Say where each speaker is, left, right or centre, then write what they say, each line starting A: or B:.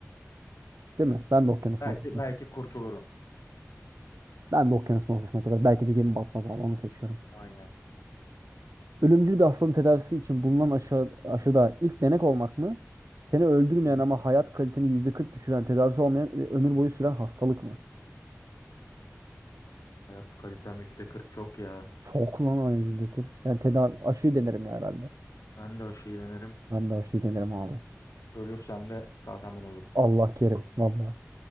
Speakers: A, on the right (about 80°); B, on the left (about 80°).
A: Değil mi? Ben de okyanusun
B: Belki
A: ortasına.
B: belki kurtulurum.
A: Ben de okyanusun ortasına kadar. Belki de gemi batmaz abi. Onu seçiyorum.
B: Aynen.
A: Ölümcül bir hastalığın tedavisi için bulunan aşı, aşıda ilk denek olmak mı? Seni öldürmeyen
B: Hı hı.
A: ama hayat kaliteni %40 düşüren, tedavisi olmayan ve ömür boyu süren hastalık mı?
B: Hayat kalitem %40 çok ya.
A: Çok lan ay %40. Yani tedavi, aşıyı denerim ya herhalde.
B: Ben de aşı iğnelenirim.
A: Ben de aşıyı denerim abi.
B: Ölürsem de kahraman olurum.
A: Allah kerim valla.